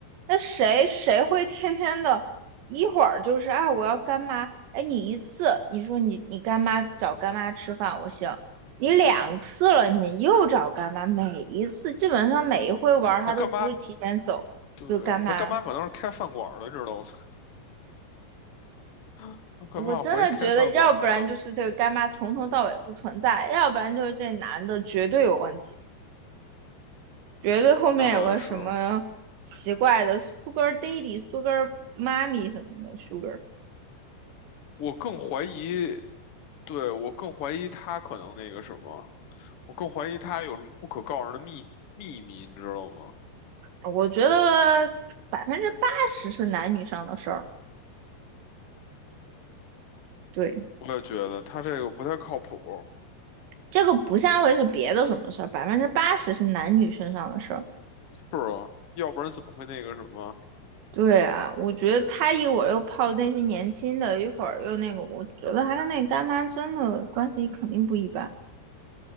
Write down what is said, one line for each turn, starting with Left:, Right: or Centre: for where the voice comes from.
Right: 那谁谁会天天的，一会儿就是哎，我要干妈，哎，你一次，你说你你干妈找干妈吃饭，我行，你两次了，你又找干妈，每一次基本上每一回玩儿，他都不是提前走，
Left: 他干妈，对，
Right: 就干妈。
Left: 他干妈可能是开饭馆儿的，你知道吗？<laughs> 他干妈怀疑开饭馆儿的，
Right: 我真的觉得，要不然就是这个干妈从头到尾不存在，要不然就是这男的绝对有问题。绝对后面有个什么奇怪的
Left: 那倒也是。
Right: Sugar Daddy、Sugar mommy 什么的 Sugar，
Left: 我更怀疑，对，我更怀疑他可能那个什么，我更怀疑他有什么不可告人的秘秘密，你知道吗？
Right: 我觉得百分之八十是男女上的事儿。对，
Left: 我也觉得他这个不太靠谱。
Right: 这个不像会是别的什么事儿，百分之八十是男女身上的事儿。
Left: 是啊，要不然怎么会那个什么？
Right: 对啊，我觉得他一会儿又泡那些年轻的，一会儿又那个，我觉得还有那个干妈真的关系肯定不一般，